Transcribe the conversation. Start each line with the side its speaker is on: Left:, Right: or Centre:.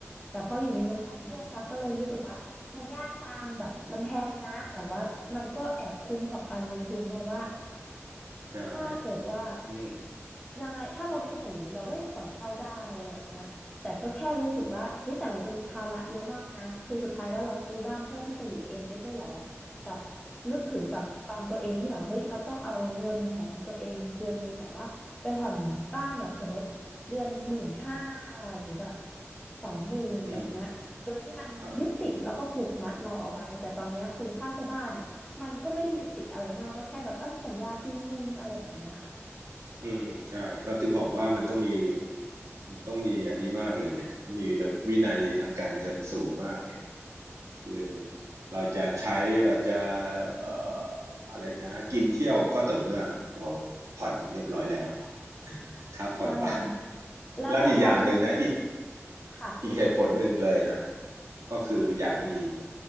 Left: แต่พออยู่ในเมืองท่องเที่ยวตั๊กก็เลยรู้สึกว่ามันยากจังแบบมันแพงนะแต่ว่ามันก็แอบคุ้มต่อการลงทุนเพราะว่า
Right: อืมใช่
Left: ถ้าเกิดว่า
Right: อืม
Left: ยังไงถ้าเราไม่อยู่เราก็ยังปล่อยเช่าได้อะไรแบบเนี้ยแต่ก็แค่รู้สึกว่าเฮ้ยแต่เราจะมีภาระเยอะมากนะคือสุดท้ายแล้วเราซื้อบ้านเพื่อที่จะอยู่เองไม่ใช่หรอ
Right: อืม
Left: แบบนึกถึงแบบตอนตัวเองที่แบบเฮ้ยเราต้องเอาเงินของตัวเองเดือนหนึ่งแบบว่าไปผ่อนบ้านแบบสมมติเดือนหมื่นห้าหรือแบบสองหมื่นแบบเนี้ยโดยที่มันยึดติดแล้วก็ผูกมัดเราเอาไว้แต่ตอนเนี้ยคือค่าเช่าบ้านอ่ะ
Right: อืมครับ
Left: มันก็ไม่ได้ยึดติดอะไรมากก็แค่แบบเออสัญญาปีหนึ่งอะไรแบบเนี้ยค่ะ
Right: อืมใช่ก็ถึงบอกว่ามันต้องมี มันต้องมีอันนี้มากเลยไงต้องมีระวินัยทางการเงินสูงมากไงคือเราจะใช้เราจะเอ่ออะไรนะกินเที่ยวก็ต่อเมื่อเราผ่อนเรียบร้อยแล้ว <laughs> ครับผ่อนบ้าน
Left: ใช่ <laughs> แล้วแบบความม
Right: แล้วอีกอย่างหนึ่งนะอีก
Left: ค่ะ
Right: อีกเหตุผลหนึ่งเลยนะก็คืออยากมี